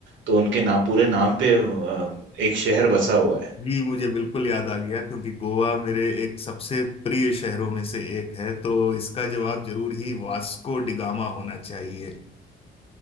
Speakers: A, on the right (about 70°); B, on the left (about 30°).
A: तो उनके नाम पूरे नाम पे अ, एक शहर बसा हुआ है
B: जी मुझे बिल्कुल याद आ गया क्योंकि गोवा मेरे एक सबसे प्रिय शहरों में से एक है तो इसका जवाब जरूर ही वास्को डिगामा होना चाहिए